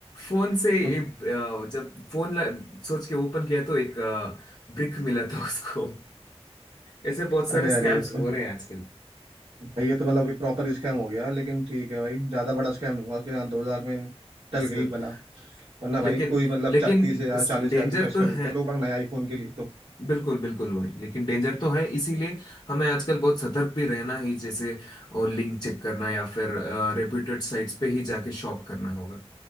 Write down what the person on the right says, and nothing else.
हम्म,
अरे
अरे ये तो
भाई ये तो मतलब प्रॉपर स्कैम हो गया लेकिन ठीक है भाई ज्यादा बड़ा स्कैम नहीं हुआ उसके साथ दो हजार में टल
गई भला वरना
भाई कोई मतलब
चा- तीस हजार चालीस
हजार भी खर्च
कर देते
हैं लोग अपना नया आईफोन के लिए तो